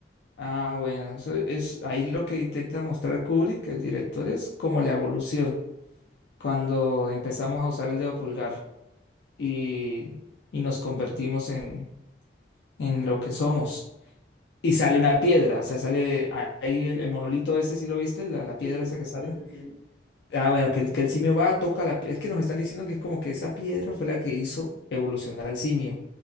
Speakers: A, on the left; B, on the left.
A: Ah, bueno, eso es ahí lo que intenta mostrar Kubrick, el director, es como la evolución, cuando empezamos a usar el dedo pulgar y,
B: Ok.
A: y nos convertimos en, en lo que somos. Y sale una piedra, o sea, sale ahí el, el monolito ese, si lo viste? La, la
B: Sí,
A: piedra esa que sale.
B: sí, sí, sí.
A: Ah, bueno, que el, que el simio va, toca la piedra. Es que nos están diciendo que es como que esa piedra fue la que hizo evolucionar al simio.